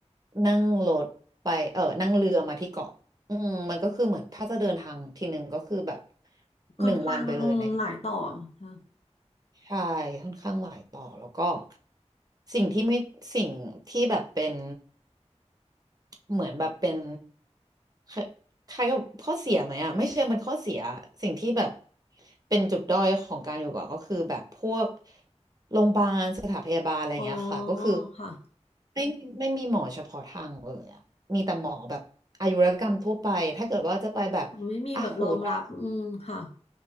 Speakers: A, on the right; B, on the left.
A: นั่งรถไปเออนั่งเรือมาที่เกาะอืมมันก็คือเหมือนถ้าจะเดินทางทีหนึ่งก็คือแบบ
B: ค่อนข้างอืมหลายต่อค่ะ
A: หนึ่งวันไปเลยนะใช่ค่อนข้างหลายต่อแล้วก็สิ่งที่ไม่สิ่งที่แบบเป็น เหมือนแบบเป็นคล้คล้ายกับข้อเสียไหมอ่ะไม่เชิงเป็นข้อเสียสิ่งที่แบบเป็นจุดด้อยของการอยู่เกาะก็คือแบบพวกโรงพยาบาลสถานพยาบาลอะไรอย่างเงี้ยค่ะก็คือ
B: อ๋อค่ะ
A: ไม่มีไม่มีหมอเฉพาะทางเลยอ่ะมีแต่หมอแบบอายุรกรรมทั่วไปถ้าเกิดว่าจะไปแบบอ่ะหูตา
B: ไม่มีแบบรองรับอืมค่ะ